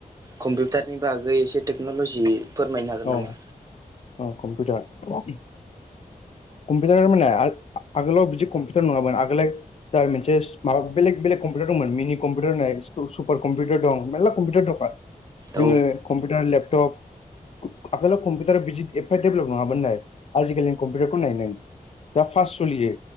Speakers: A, on the right; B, on the left.
A: कम्पिउटारनि बागै एसे टेक्न'लजि फोरमायनो हागोन
B: औ
A: नामा
B: औ कम्पिउटार। कम्पिउटार माने आ-आगोलाव बिदि कम्पिउटार नङामोन, आगोलो जाबाय मोनसे माबा बेलेग बेलेग कम्पिउटार दंमोन मिनि कम्पिउटार होननाय सुपार कम्पिउटार दं मेरला कम्पिउटार दं।
A: औ
B: जोङो कम्पिउटार लेपटप आगोलाव कम्पिउटारा बिदि एफा देभलप नङामोननो, आजिखालिनि कम्पिउटारखौ नाय नों दा फार्स्ट सलियो।